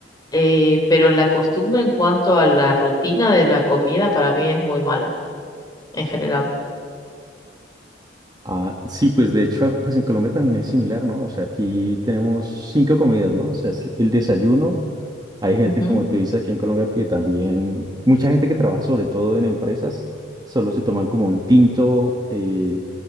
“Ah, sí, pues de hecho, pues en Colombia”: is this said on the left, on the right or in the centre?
Right